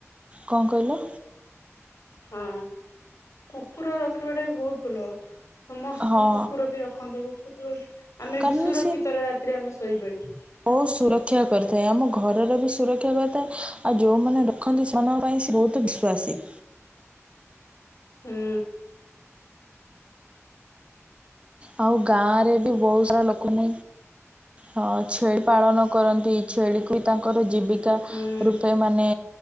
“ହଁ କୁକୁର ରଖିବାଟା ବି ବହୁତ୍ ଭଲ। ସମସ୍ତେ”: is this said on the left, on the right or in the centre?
Left